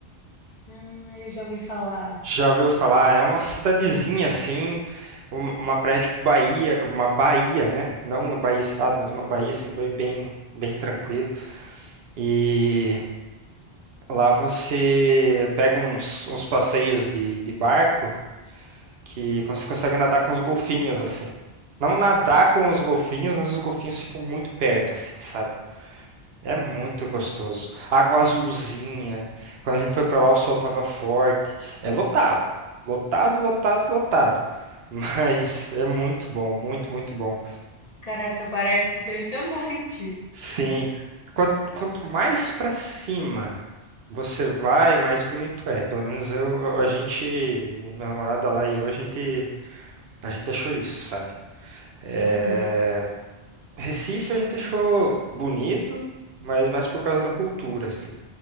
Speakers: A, on the left (about 45°); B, on the right (about 70°).
A: Ah, eu já ouvi falar.
B: Já ouviu falar? É uma cidadezinha assim, um- uma praia tipo Bahia, uma Bahia, né? Não uma Bahia Estado, mas uma Bahia assim bem, bem, bem tranquilo. E Lá você pega uns, uns passeios de, de barco que você consegue nadar com os golfinhos, assim. Não nadar
A: Nossa.
B: com os golfinhos, mas os golfinhos ficam muito perto, assim, sabe? É muito gostoso. Água azulzinha. Quando a gente foi pra lá, o sol tava forte. É lotado. Lotado, lotado, lotado. <laughs> Mas é muito bom, muito, muito bom.
A: caraca, parece impressionante.
B: Sim. Quanto, quanto mais pra cima você vai, mais bonito é. Pelo menos eu, a gente, minha namorada lá e eu, a gente, a gente achou isso, sabe? É,
A: Uhum.
B: Recife a gente achou bonito, mas mais por causa da cultura, assim.